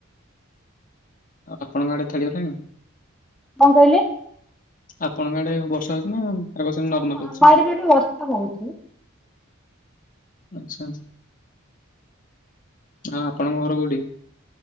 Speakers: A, on the left (about 40°); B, in the centre.
A: ଆଉ ଆପଣଙ୍କ ଆଡେଥେଳିଗଲେଣି?
B: କଣ କହିଲେ?
A: ଆପଣଙ୍କ ଆଡେ ବର୍ଷା ହଉଛି ନା? ପାଗ ସେମିତି ନର୍ମାଲ
B: ହଁ ଆମ
A: ଅଛି?
B: ଆଡ଼େ ବି ଏବେ ବର୍ଷା ହେଉଛି।
A: ଆଛା ଆ ଆପଣଙ୍କ ଘର କୋଉଠି?